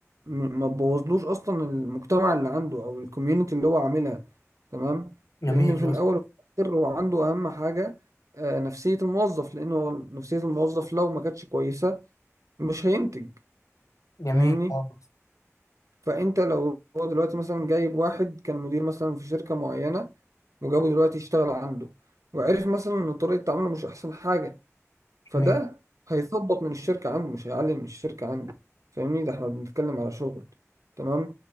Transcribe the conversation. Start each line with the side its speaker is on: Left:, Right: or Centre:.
Right: م- ما تبوظلوش اصلا المجتمع اللي عنده او الكوميونتي اللي هو عاملها تمام
Left: جميل
Right: لان في
Left: وصل
Right: الاول وفي الاخر هو عنده اهم حاجه آه، نفسيه الموظف لان هو نفسيه الموظف لو ما كانتش كويسه مش هينتج
Left: جميل
Right: فاهمني
Left: خالص
Right: فانت لو هو دلوقتي مثلا جايب واحد كان مدير مثلا في شركه معينه وجابه دلوقتي يشتغل عنده وعرف مثلا ان طريقه تعامله مش احسن حاجه فده
Left: جميل
Right: هيثبط من الشركة عنده مش هيعلي من الشركة عنده فاهمني ده احنا بنتكلم على شغل تمام